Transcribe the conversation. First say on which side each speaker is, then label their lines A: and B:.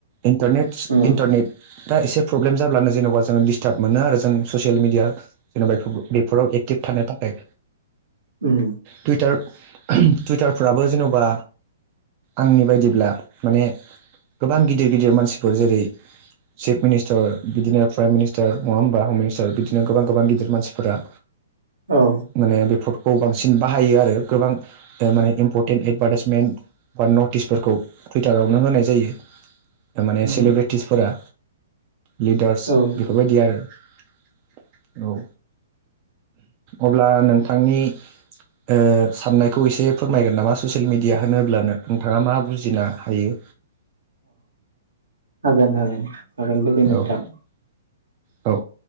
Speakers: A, on the right; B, on the right.
A: इन्टारनेट
B: उम
A: इन्टारनेटा एसे प्रब्लेम जाब्लानो जेनेबा जोङो दिसटार्ब मोनो आरो जों ससियेल मिडिया जेन'बा बेफोराव एक्टिभ थानो थाखाय
B: उम
A: टुइटार टुइटारफोराबो जेन'बा आंनि बायदिब्ला माने गोबां गिदिर गिदिर मानसिफोर जेरै चिफ मिनिस्टार बिदिनो प्राइम मिनिस्टार नङा होमबा हम मिनिस्टार बिदिनो गोबां गोबां गिदिर मानसिफोरा
B: औ
A: माने बेफोरखौ बांसिन बाहायो आरो गोबां माने इम्पर्टेन्ट एदभार्टाइसमेन्ट बा नटिसफोरखौ टुइटारावनो होनाय जायो ओ माने
B: उम
A: सेलेब्रेटिसफोरा लिडार्स
B: औ अ
A: बेफोरबायदिया आरो औ अब्ला नोंथांनि ओ साननायखौ एसे फोरमायगोन नामा ससियेल मिडिया होनोब्लानो नोंथाङा मा बुजिनो हायो
B: हागोन हागोन हागोन बायदि नोंथां
A: औ औ